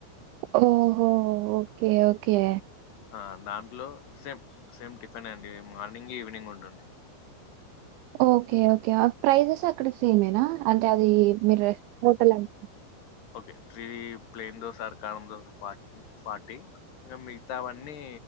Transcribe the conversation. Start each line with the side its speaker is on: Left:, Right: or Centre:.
Right: ఓహో ఓకే ఓకే
Left: ఆ దాంట్లో సేమ్, సేమ్ టిఫిన్ అండి మార్నింగ్, ఈవినింగ్ ఉంటుంది.
Right: ఓకే ఓకే ఆ ప్రైజెస్ అక్కడ సేమేనా, అంటే అది మీర్ హోటల్ అన్
Left: okay three plain dosa or karam dosa fat forty ఇంకా మిగతావాన్నీ